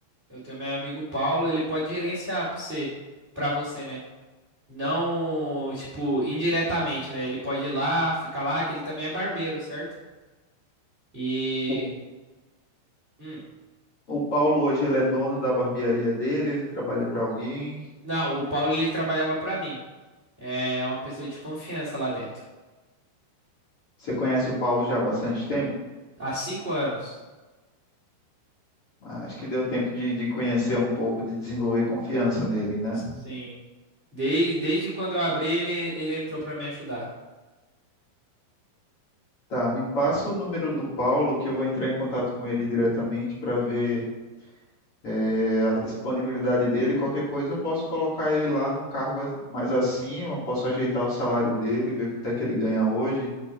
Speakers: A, on the right (about 35°); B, on the left (about 40°).
A: Eu tenho meu amigo Paulo, ele pode gerenciar pra você, pra você, né? Não, tipo, indiretamente, né? Ele pode ir lá, ficar lá, que ele também é barbeiro, certo? E
B: O,
A: hum.
B: o Paulo hoje ele é dono da barbearia dele, ele trabalha para alguém.
A: Não, o Paulo ele trabalhava pra mim. É uma pessoa de confiança lá dentro.
B: Você conhece o Paulo já há bastante tempo?
A: Há cinco anos.
B: Acho que deu tempo de, de conhecer um pouco, de desenvolver confiança nele, né?
A: Sim. Desde, desde quando eu abri, ele, ele entrou pra me ajudar.
B: Tá, me passa o número do Paulo que eu vou entrar em contato com ele diretamente para ver eh, a disponibilidade dele. Qualquer coisa eu posso colocar ele lá num cargo as- mais acima, posso ajeitar o salário dele, ver quanto é que ele ganha hoje,